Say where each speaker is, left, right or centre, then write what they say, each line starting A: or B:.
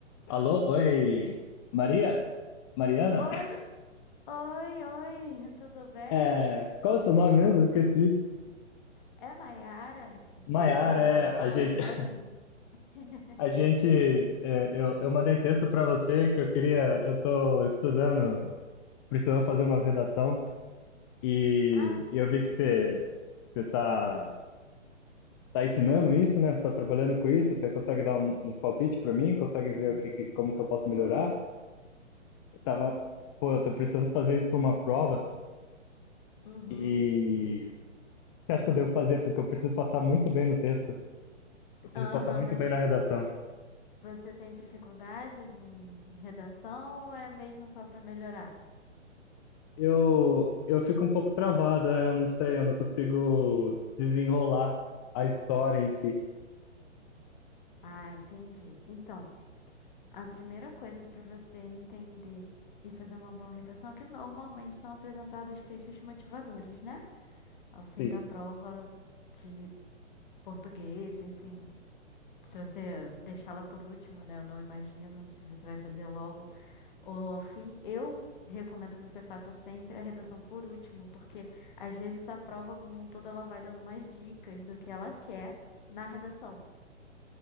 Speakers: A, on the left; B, on the left.
A: Alô, oi, Maria? Mariana?
B: Oi,
A: <laughs>
B: oi, oi, <laughs> tudo bem?
A: É, qual é o seu nome mesmo? Esqueci.
B: É Maiara, esqueceu
A: Maiara,
B: já meu
A: é,
B: nome,
A: a gente, <laughs>
B: olha aí. <laughs>
A: a gente, é, eu, eu mandei texto para você que eu queria, eu tô estudando, precisando fazer uma redação e,
B: Ah, sim.
A: e eu vi que você, você tá, tá ensinando isso, né? Você tá trabalhando com isso, você consegue dar um- uns palpites para mim, consegue ver o que, que- como que eu posso melhorar? Eu tava, pô, eu tô precisando fazer isso para uma prova
B: Uhum.
A: e que acho que eu devo fazer? Porque eu preciso passar muito bem no texto. Eu preciso
B: Aham,
A: passar muito
B: mas
A: bem na redação.
B: você tem dificuldades em redação ou é mesmo só para melhorar?
A: Eu, eu fico um pouco travado, é, eu não sei, eu não consigo desenrolar a história em si.
B: Ah, entendi. Então, a primeira coisa para você entender e fazer uma boa redação é que normalmente são apresentados textos motivadores, né? Ao fim
A: Sim.
B: da prova de português, enfim, Se você deixá-la por último, né? Eu não imagino se você vai fazer logo ou ao fim. Eu recomendo que você faça sempre a redação por último, porque às vezes a prova como um todo ela vai dando mais dicas do que ela quer na redação.